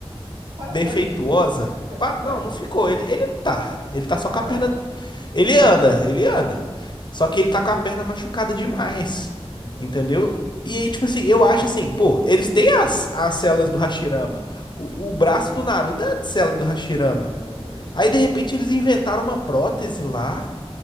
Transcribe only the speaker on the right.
paraplégico,
tetraplégico,
tá,
é, é.
exatamente,
exatamente,